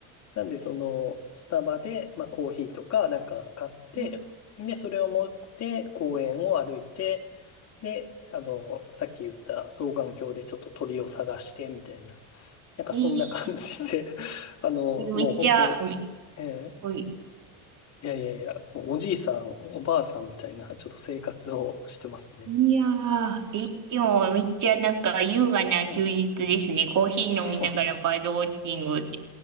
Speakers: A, on the left; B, on the right.
A: なんで、その、スタバで、まあ、コーヒーとか、なんか買って、
B: うん、
A: で、それを持って公園を歩いて、で、あの、さっき言った双眼鏡でちょっと鳥を探して、みたいな。なんかそんな感じで、
B: え
A: <laughs> あの、
B: ー、
A: もう本当、
B: めっちゃ、め
A: えー
B: すごい。
A: いやいやいや、もうおじいさん、おばあさんみたいな、ちょっと生活をしてますね。
B: いやー、え、でもめっちゃなんか優雅な休日ですね。
A: はい。
B: コーヒー飲みながらバードウォッチング。
A: <laughs> そうです。